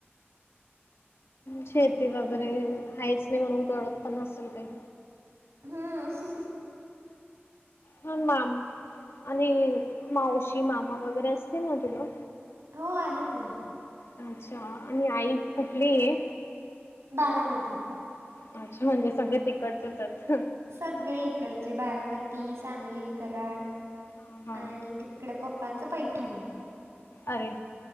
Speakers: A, on the left; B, on the right.
A: शेती वगैरे
B: शेती वगैरे
A: आहेच
B: म्हणून,
A: नाही कळत पण नसेल काही
B: हम,
A: हा माम आणि मावशी मामा वगैरे असतील ना तुला?
B: हो आहेत ना.
A: अच्छा, आणि आई कुठलीय?
B: बारामती.
A: अच्छा म्हणजे सगळे तिकडचेच आहेत
B: सगळी कडचे बारामती, सांगली, कराड,
A: अ हां
B: आणि तिकड पप्पांच पैठण.
A: अरे,